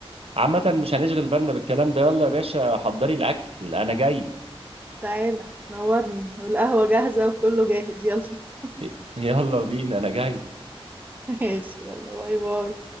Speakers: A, on the right; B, on the right.
A: عامة مش هنشغل بالنا بالكلام ده يلا يا باشا حضري الأكل أنا جاي
B: تعالى نورني والقهوة جاهزة وكله جاهز يلا <laughs>
A: <laughs> يلا بينا أنا جاي
B: ماشي يلا باي باي